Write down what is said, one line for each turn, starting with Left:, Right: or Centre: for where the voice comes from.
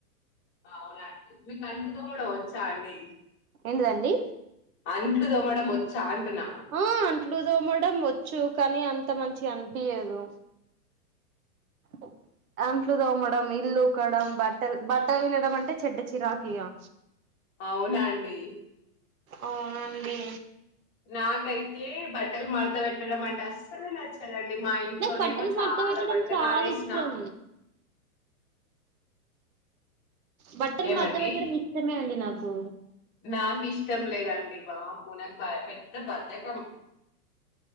Left: అవునా అండి మీకు అంతకు కూడా వచ్చా అండి
Right: ఏంటిదఅండి
Left: అంట్లుదో మఅడం మ్ వచ్చా అంటు ఉన్నా
Right: ఆ అట్లుదో మడం వచ్చు కానీ అంత మంచిగా అనిపియదు ఓ అంట్లు తోమ అడం మ్ ఇల్లు ఉకడం మ్ బట్టల్ బట్టలు వినడం అంటే చెడ్డ చిరాక్ ఇగా
Left: అవునా అండి
Right: అవునండి!
Left: నాకైతే, బట్టలు మడత పెట్టడం. అంటే అస్సల్ నచ్చదు. అండి, మా ఇంట్లోనేమో,
Right: నాకు బట్టలు
Left: చాలా
Right: మడత పెట్టడం
Left: బట్టలు
Right: చాలా
Left: ఆరేసిన.
Right: ఇష్టం బట్టలు
Left: ఏమండి
Right: మడత పెట్టడం. ఇష్టమే అండి నాకు.
Left: నాకు ఇష్టం లేదండి, బాబోయ్ నాక్ భయ పెద్ద బద్ధకం.